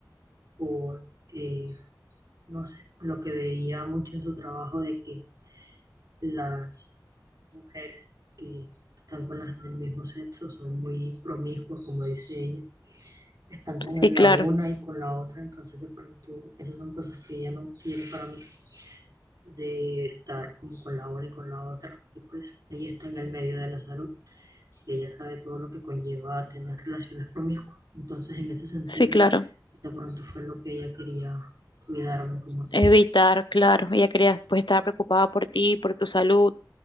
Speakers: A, on the right; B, on the left.
A: por, eh, no sé, lo que veía mucho en su trabajo de que las mujeres que están con las del mismo sexo son muy promiscuas, como dice ella, están con el-
B: Sí, claro,
A: la una y con la otra, entonces de pronto esas son cosas que ella no quiere para mí, de estar como con la una y con la otra. Y pues ella está en el medio de la salud. que ella sabe todo lo que conlleva tener relaciones promiscuas. Entonces, en ese sentido,
B: sí, claro.
A: de pronto fue lo que ella quería cuidarme como tal.
B: Evitar, claro. Ella quería pues estar preocupada por ti, por tu salud,